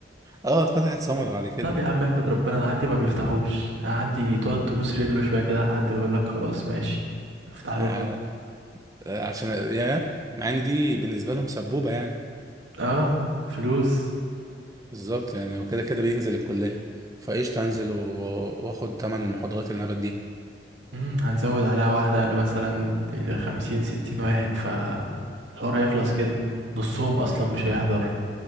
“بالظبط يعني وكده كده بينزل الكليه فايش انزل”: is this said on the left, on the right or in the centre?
Right